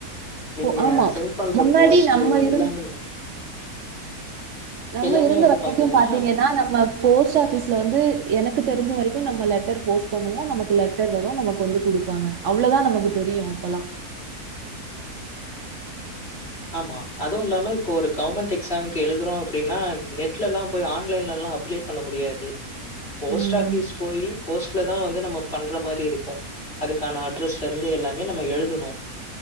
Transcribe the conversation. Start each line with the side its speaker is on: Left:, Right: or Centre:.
Right: இப்போ
Left: நீங்க
Right: ஆமா.
Left: செண்ட் பண்ற
Right: முன்னாடி
Left: போஸ்ட்டு
Right: நம்ம இருந்த
Left: எல்லாமே
Right: நம்ம
Left: எல்லாமே
Right: இருந்த
Left: வந்து
Right: வரைக்கு
Left: பாத்தீங்கன்னா
Right: பாத்தீங்கனா நம்ம போஸ்ட் ஆஃபீஸ்ல வந்து எனக்கு தெரிஞ்ச வரைக்கு நம்ம லெட்டர் போஸ்ட் பண்ணுவோ நமக்கு லெட்டர் வரு நமக்கு வந்து குடுப்பாங்க அவ்ளதா நமக்கு தெரியு அப்பலா
Left: ஆமா அதுவு இல்லாம இப்போ ஒரு கவர்மெண்ட் எக்ஸாம்க்கு எழுதுறோ அப்டின்னா நெட்லலா போய் ஆன்லைன்லலா அப்ளே பண்ண முடியாது போஸ்ட்
Right: ம்.
Left: ஆபிஸ் போயி போஸ்ட்லதா வந்து நம்ம பண்ற மாரி இருக்கு அதுக்கான அட்ரஸ்லருந்து எல்லாமே நம்ம எழுதணு